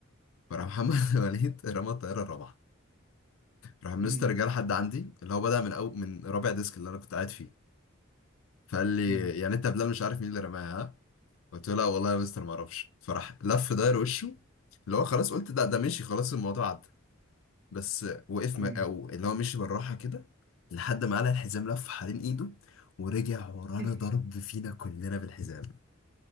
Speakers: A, on the left; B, on the right.
A: فراح محمد <laughs> وليد رمى الطيارة الرابعة راح مستر
B: امم
A: جه لحد عندي اللي هو بدأ من أو من رابع ديسك اللي انا كنت قاعد فيه فقال لي
B: امم
A: يعني انت يا بلال مش عارف مين اللي رماها قلت له لا والله يا مستر ما اعرفش فراح لف داير وشه اللي هو خلاص قلت ده ده مشي خلاص الموضوع عدى بس وقف
B: أمم.
A: م- او اللي هو مشي بالراحه كده لحد ما قلع الحزام لف حوالين ايده ورجع ورانا
B: <laughs>
A: ضرب فينا كلنا بالحزام